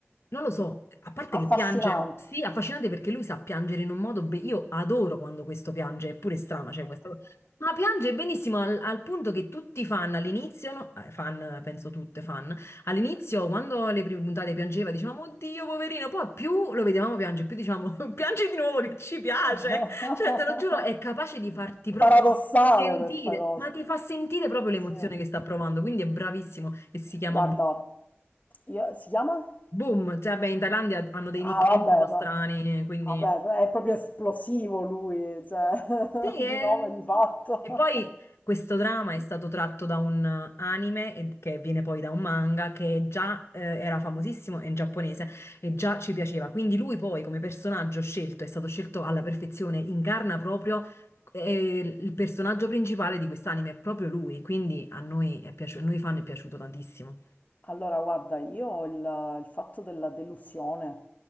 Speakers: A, on the left; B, on the left.
A: non lo so, a parte che
B: Affascinante.
A: piange, sì, affascinante perché lui sa piangere in un modo. be- Io adoro quando questo piange, è pure strano, cioè questa cosa. Ma piange benissimo al, al punto che tutti i fan all'inizio, no? Eh, fan, penso tutte fan, All'inizio, quando le prime puntate piangeva, dicevamo, oddio, poverino, poi più lo vedevamo piangere, più diciamo, <laughs> piangi di nuovo che ci piace.
B: <laughs>
A: Cioè, te lo giuro, è capace di farti proprio
B: Paradossale
A: sentire,
B: questa cosa.
A: ma ti fa sentire proprio
B: Sì.
A: l'emozione che sta provando, quindi è bravissimo e si chiama
B: Guarda,
A: Bo-
B: io- si chiama?
A: Boom. Cioè, beh, in Thailandia hanno dei
B: Ah,
A: nickname
B: vabbè,
A: un po' strani,
B: va-
A: quindi...
B: vabbè, è proprio esplosivo lui, cioè, <laughs>
A: Sì,
B: di
A: e,
B: nome di fatto.
A: e poi questo drama è stato tratto da un anime e- che viene poi da un manga che già eh, era famosissimo è in giapponese e già ci piaceva. Quindi lui poi come personaggio scelto è stato scelto alla perfezione, incarna proprio eh, il personaggio principale di quest'anime, è proprio lui, quindi a noi, è piaciuto, a noi fan è piaciuto tantissimo.
B: Allora, guarda, io ho il, il fatto della delusione,